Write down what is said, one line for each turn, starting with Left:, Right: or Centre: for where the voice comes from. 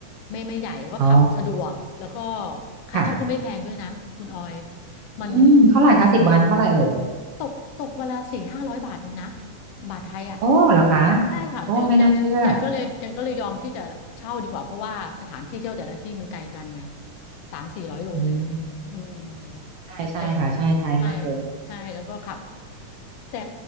Left: ไม่ไม่ใหญ่ก็ขับสะดวกแล้วก็
Right: อ๋อ
Left: ค่าเช่าก็ไม่แพงด้วยนะคุณออย
Right: ค่ะ
Left: มัน
Right: อืมเท่าไหร่คะสิบวันเท่าไหร่เอ่ย
Left: ตกตกวันละสี่ห้าร้อยบาทเองนะบาทไทยอ่ะ
Right: โอ้เหรอคะ
Left: ใช่ค่ะจังจังจังก็เลยจังก็เลยยอมที่จะเช่าดีกว่าเพราะว่าสถานที่เที่ยวแต่ละที่มันไกลกันไง
Right: โอ้ไม่น่าเชื่อ
Left: สามสี่ร้อยโลเลยนะอืม
Right: อืมใช่ใช่ค่ะใช่ไกลมากเลย
Left: แต่ก็ใช่ใช่แล้วก็ขับแต่